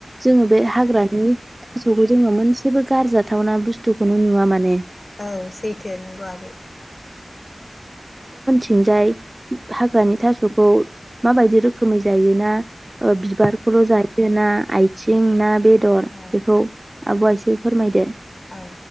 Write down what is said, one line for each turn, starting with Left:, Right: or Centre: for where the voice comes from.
Right: जोङो
Left: औ
Right: बे हाग्रानि
Left: थारैनो
Right: थास'खौ ज जोङो मोनसेबो गारजाथावना बुस्थुखौनो नुवा माने
Left: औ सैथो नंगौ आगै
Right: थिंजाय हाग्रानि थास'खौ माबायदि रोखोमै जायो ना ओ बिबारखौल जायो
Left: औ
Right: ना आइथ सिं ना बे बेदर
Left: औ
Right: बेखौ आब'आ एसे फोरमायदो
Left: औ